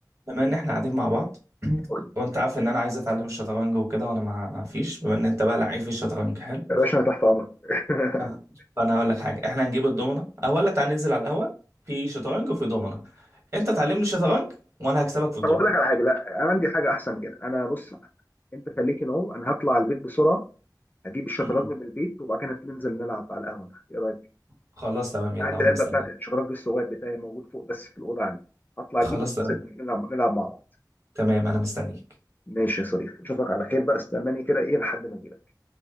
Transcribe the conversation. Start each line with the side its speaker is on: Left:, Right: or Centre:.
Right: بما ان احنا قاعدين مع بعض <coughs> <clears throat>
Left: قول لي.
Right: وانت عارف ان انا عايز اتعلم الشطرنج وكده وانا ما فيش بما ان انت بقى لعيب في الشطرنج حلو
Left: يا باشا انا تحت امرك <laughs>
Right: ف- فانا هقول لك حاجه احنا هنجيب الضمنه او ولا تعال ننزل على القهوه في شطرنج وفي ضمنه انت تعلمني شطرنج وانا هكسبك في الضمنه
Left: طب اقول لك على حاجه لا انا عندي حاجه احسن كده انا بص انت خليك نو انا هطلع البيت بسرعه اجيب الشطرنج
Right: م- م.
Left: من البيت وبعد كده ننزل نلعب على القهوه تحت ايه رايك
Right: خلاص تمام يلا
Left: عندي العلبه
Right: انا مستنيك
Left: بتاعت الشطرنج الصغير بتاعي موجود فوق بس في الاوضه عندي هطلع اجيبه
Right: خلاص تمام
Left: وننزل نلعب نلعب مع بعض
Right: تمام انا مستنيك
Left: ماشي يا صديقي اشوفك على خير بقى استناني كده ايه لحد ما اجي لك